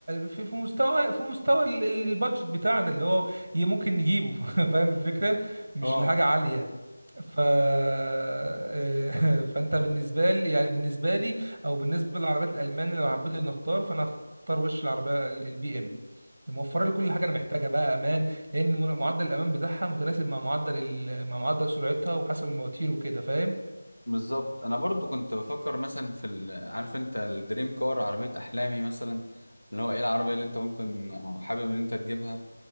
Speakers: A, on the right; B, on the left.
A: في في مستوى في مستوى ال- ال- البادجت بتاعنا اللي هو ي- ممكن نجيبه <laughs> فاهم الفكرة مش
B: اه
A: الحاجة عالية ف <laughs> فانت بالنسبة لي يعني بالنسبة لي او بالنسبة للعربيات الالمان اللي لو حبيت إني اختار فانا اختار وش العربية ال- البي ام موفرة لي كل حاجة انا محتاجها بقى امان لان م- معدل الامان بتاعها متناسب مع معدل ال... مع معدل سرعتها وحسب المواتير وكده فاهم
B: بالظبط انا برضو كنت بفكر مثلا في ال... عارف انت الدريم كار عربيه احلامي مثلا اللي هو ايه العربيه اللي انت ممكن او حابب ان انت تجيبها